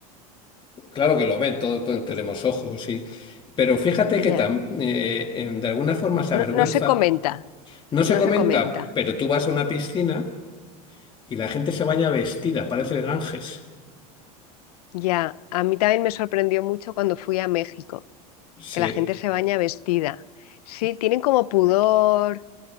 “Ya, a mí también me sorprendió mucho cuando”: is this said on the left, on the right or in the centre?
Left